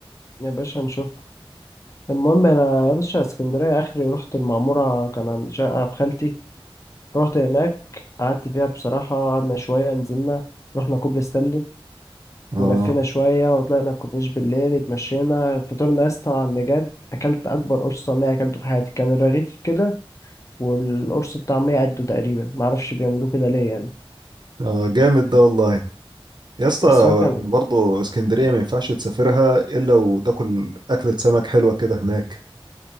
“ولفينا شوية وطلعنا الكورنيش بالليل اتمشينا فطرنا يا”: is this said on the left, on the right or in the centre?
Left